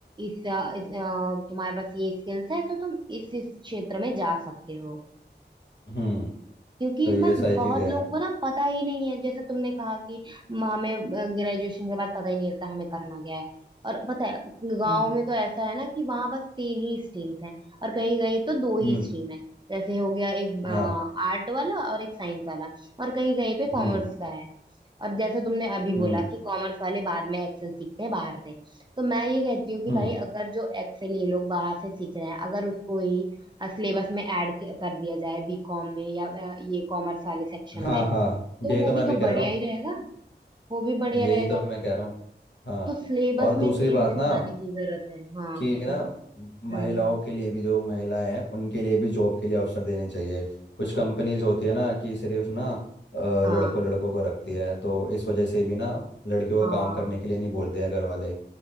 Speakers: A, on the right (about 25°); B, on the left (about 85°).
A: इस, अ, इस अ, तुम्हारे पास ये स्किल्स है तो तुम इस इस क्षेत्र में जा सकते हो
B: हम्म
A: क्योंकि
B: तो ये
A: मन
B: सारी
A: बहुत
B: चीज़ें हैं
A: लोग को ना पता ही नहीं है जैसे तुमने कहा कि म- हमें ग्रेजुएशन के बाद पता ही नहीं रहता हमें करना क्या है और पता है गांव
B: हम्म
A: में तो ऐसा है ना कि वहां बस तीन ही स्ट्रीम्स हैं और कहीं कहीं तो दो ही
B: हम्म
A: स्ट्रीम है जैसे हो गया एक
B: हाँ
A: आर्ट वाला और एक साइंस वाला और कहीं कहीं पे
B: हम्म
A: कॉमर्स का है और जैसे तुमने अभी बोला
B: हम्म
A: कि कॉमर्स वाले बाद में एक्सेल सीखते हैं बाहर से तो मैं ये कहती हूँ कि
B: हम्म
A: भाई अगर जो एक्सेल ये लोग बाहर से सीख रहे हैं अगर उसको ही सिलेबस में ऐड कर दिया जाए बीकॉम में या अ, ये कॉमर्स वाले सेक्शन
B: हाँ
A: में
B: हाँ
A: तो
B: यही
A: वो
B: तो मैं
A: भी
B: अभी
A: तो
B: कह
A: बढ़िया
B: रहा हूँ
A: ही रहेगा वो भी बढ़िया
B: यही
A: रहेगा
B: तो मैं कह रहा हूँ हाँ
A: तो सिलेबस
B: और दूसरी
A: में चेंजेस
B: बात ना
A: लाने की जरूरत है हाँ
B: कि ना
A: दो-
B: महिलाओं
A: हम्म
B: के लिए भी जो महिलाएं हैं उनके लिए भी जॉब के लिए अवसर देने चाहिए कुछ कंपनीज होती है ना कि सिर्फ ना अ,
A: हाँ
B: लड़कों लड़कों को रखती है तो इस वजह से भी ना लड़कियों
A: हाँ
B: को काम करने के लिए नहीं बोलते हैं घर वाले